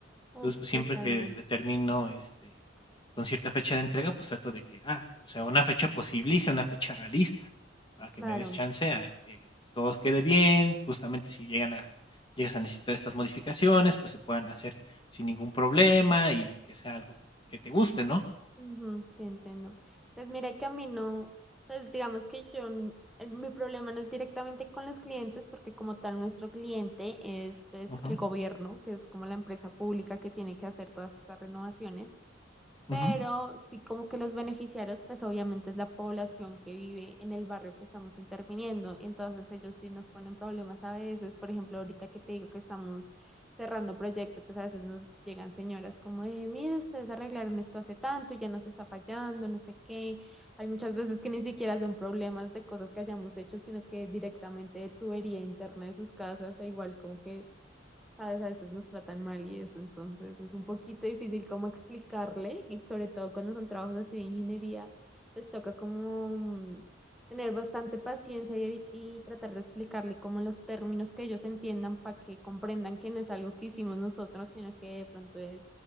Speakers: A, in the centre; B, on the left.
A: Uf,
B: Entonces, pues,
A: totalmente.
B: siempre que determino, este, con cierta fecha de entrega, pues, trato de que, ah, sea una fecha posible y sea una fecha realista, para
A: Claro.
B: que me des chance a que todo quede bien, justamente si llegan a llegas a necesitar estas modificaciones, pues, se puedan hacer sin ningún problema y que sea algo que que te guste, ¿no?
A: Ujú, sí, entiendo. Pues mira que a mí no, pues digamos que yo, n- eh, mi problema no es directamente con los clientes, porque como tal nuestro cliente es pues
B: Ujú,
A: el gobierno, que es como la empresa pública que tiene que hacer todas estas renovaciones pero
B: ujú,
A: sí como que los beneficiarios, pues obviamente es la población que vive en el barrio que estamos interviniendo, entonces ellos sí nos ponen problemas a veces, por ejemplo, ahorita que te digo que estamos cerrando proyectos, pues a veces nos llegan señoras como, eh, mire, ustedes arreglaron esto hace tanto, ya nos está fallando, no sé qué, hay muchas veces que ni siquiera son problemas de cosas que hayamos hecho, sino que directamente de tubería interna de sus casas, e igual como que ¿sabes? A veces nos tratan mal y eso, entonces es un poquito difícil como explicarle, y sobre todo cuando son trabajos así de ingeniería, pues toca como mm, tener bastante paciencia y, y tratar de explicarle como los términos que ellos entiendan para que comprendan que no es algo que hicimos nosotros, sino que de pronto es